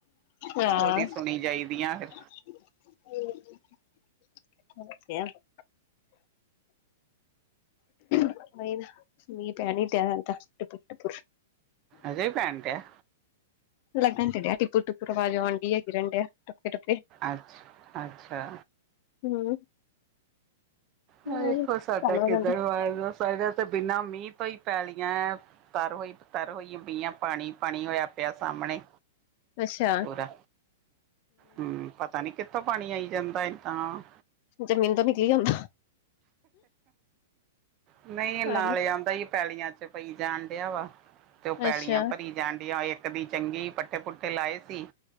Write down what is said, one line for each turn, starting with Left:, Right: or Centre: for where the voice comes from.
Left: ਹਾਂ
Right: ਉਹਦੀ ਸੁਣੀ ਜਾਈਦੀ ਆ ਫਿਰ
Left: <unintelligible> ਨਹੀਂ ਨਾ ਮੀਹ ਪੈਣ ਹੀ ਦਿਆ ਦਾ ਟਿਪਕ-ਟਿਪਕ,
Right: ਅਜੇ ਵੀ ਪੈੈਂਣ ਦਿਆ
Left: ਲੱਗਣ ਤੇ ਡੇਆ ਟਿਪੁਰ-ਟੁਪਰ ਆਵਾਜ਼ ਆਣ ਡੀਆ ਗਿਰਨ ਡਿਆ ਟੁਪਕੇ ਟੁਪੇ
Right: ਅੱਛਾ-ਅੱਛਾ,
Left: ਹੂੰ, ਚੱਲ
Right: ਦੇਖੋ ਸਾਡਾ <unintelligible>
Left: ਹੋ ਜਾਂਦਾ
Right: ਸਾਡੇ ਤੇ ਬਿਨਾਂ ਮੀਂਹ ਤੋਂ ਹੀ ਪੈਲੀਆਂ ਏਂ ਤਰ ਹੋਈ ਤਰ ਹੋਈ ਪਈਆਂ ਪਾਣੀ-ਪਾਣੀ ਹੋਇਆ। ਪਿਆ ਸਾਹਮਣੇ
Left: ਅੱਛਾ
Right: ਪੂਰਾ ਹੂੰ। ਪਤਾ ਨਹੀਂ ਕਿੱਥੋਂ ਪਾਣੀ ਆਈ ਜਾਂਦਾ ਐ ਤਾਂ,
Left: ਜ਼ਮੀਨ ਤੋਂ ਨਿਕਲੀ ਜਾਦਾ।
Right: ਨਹੀਂ ਐ
Left: ਪਾਣੀ
Right: ਨਾਲੇ ਆਦਾ ਹੀ ਪੈਲੀਆਂ ਚ, ਪਈ ਜਾਣ ਡਿਆ ਵਾ, ਤੇ ਉਹ ਪੈਲੀਆਂ
Left: ਅੱਛਾ
Right: ਭਰੀ ਜਾਂਡੀਆਂ ਇੱਕ ਦੀ ਚੰਗੀ ਪੱਠੇ-ਪੁੱਠੇ ਲਾਏ ਸੀ।